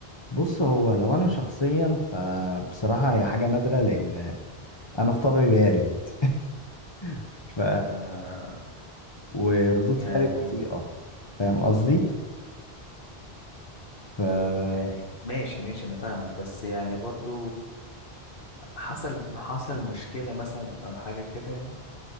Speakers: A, on the left (about 30°); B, on the left (about 60°).
A: بص هو لو انا شخصيا فبصراحة هي حاجة نادرة لان انا في طبعي بارد <laughs> ف
B: آه
A: وردود
B: يعني
A: فعلي بطيئة فاهم قصدي ف
B: يعني ماشي ماشي انا فاهمك بس يعني برضو حصل حصل مشكله مثلا او حاجه كده يعني